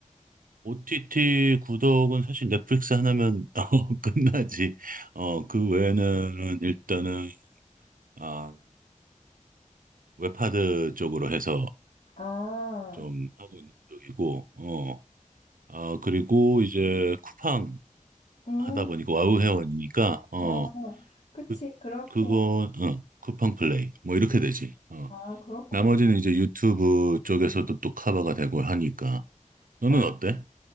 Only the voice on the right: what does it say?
OTT 구독은 사실 넷플릭스 하나면 <laughs> 어, 끝나지. 어, 그 외에는 일단은 아, 웹하드 쪽으로 해서
좀 하고 있는 쪽이고, 어, 아, 그리고 이제 쿠팡
하다 보니까 와우 회원이니까, 어,
그,
그거, 어, 쿠팡 플레이, 뭐 이렇게 되지. 어,
나머지는 이제 유튜브 쪽에서도 또 커버가 되고 하니까. 너는
어때?